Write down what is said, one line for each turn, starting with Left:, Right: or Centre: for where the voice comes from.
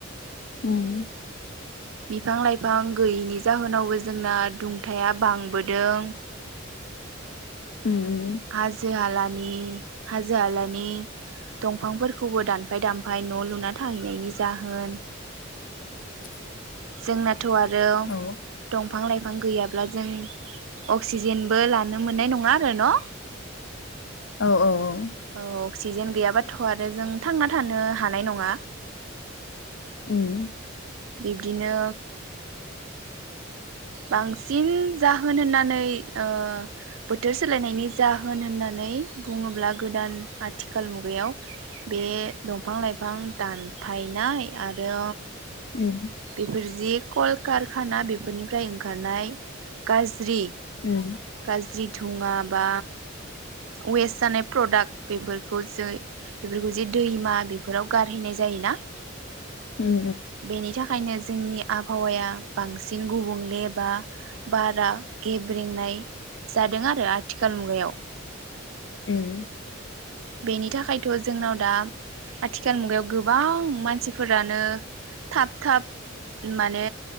Left: उम
Right: बिफां लाइफां गैयिनि जाहोनावबो जोंना दुंथाया बांबोदों
Left: उम उम
Right: हाजो हाला नि हाजो हालानि दंफांफोरखौबो दानफाय दानफाय न' लुना थाहैनायनि जाहोन
Left: <inaudible>
Right: जोंना थ' आरो
Left: औ
Right: दंफां लाइफां गैयाब ओ जेरै अब्ला जों अक्सिजेनबो लानो मोननाय नङा आरो न'
Left: औ औ औ
Right: औ अक्सिजेन गैयाबाथ' आरो जों थांना थानो हानाय नङा
Left: उम
Right: बिब्दिनो बांसिन जाहोन होननानै ओ बोथोर सोलायनायनि जाहोन होननानै बुङोब्ला गोदान आथिखाल मुगायाव बे दंफां लाइफां दानफायनाय आरो
Left: उम
Right: बेफोर जि कलकारखाना बेफोरनि फ्राय ओंखारनाय गाज्रि
Left: उम
Right: गाज्रि धुङा बा वेस्ट जानाय प्रडाक्ट बेफोरखौ जो बेफोरखौ जे दैमा बेफोराव गारहैनाय जायोना
Left: उम
Right: बेनि थाखायनो जोंनि आबहावाया बांसिन गुबुंले बा बारा गेब्रेंनाय जादों आरो आथिखाल मुगायाव
Left: उम
Right: बेनि थाखायथ' जोंनाव दा आथिखाल मुगायाव गोबां मानसिफोरानो थाब थाब माने